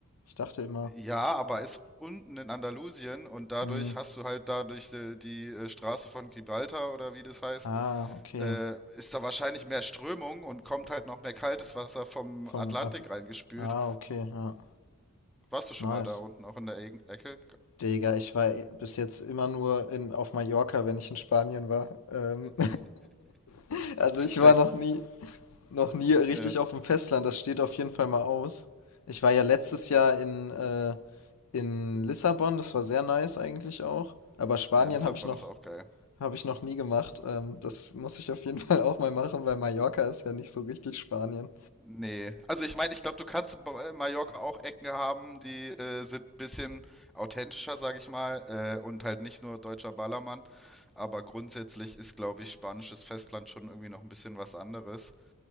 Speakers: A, on the left (about 80°); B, in the centre.
A: Ich dachte immer.
B: Ja, aber ist unten in Andalusien und dadurch
A: Hm.
B: hast du halt dadurch die, die äh, Straße von Gibraltar oder wie das heißt,
A: Ah, okay.
B: äh, ist da wahrscheinlich mehr Strömung und kommt halt noch mehr kaltes Wasser vom
A: Vom
B: Atlantik
A: Atl
B: reingespült.
A: Ah, okay, ja.
B: Warst du schon
A: Nice.
B: mal da unten, auch in der Egen- Ecke?
A: Digga, ich war eh- bis jetzt immer nur in, auf Mallorca, wenn ich in Spanien war. Ähm, <laughs> also ich
B: <laughs>
A: war
B: Der,
A: noch nie, Noch nie richtig
B: ja.
A: auf dem Festland, das steht auf jeden Fall mal aus. Ich war ja letztes Jahr in, äh, in Lissabon, das war sehr nice eigentlich auch. Aber Spanien
B: ja, Lissabon
A: habe ich noch,
B: ist auch geil.
A: habe ich noch nie gemacht. Ähm, das muss ich auf jeden <laughs> Fall auch mal machen, weil Mallorca ist ja nicht so richtig Spanien.
B: Nee, also ich meine, ich glaube, du kannst bei Mallorca auch Ecken haben, die äh, sind ein bisschen authentischer, sage ich mal, äh, und halt nicht nur deutscher Ballermann. Aber grundsätzlich ist, glaube ich, spanisches Festland schon irgendwie noch ein bisschen was anderes.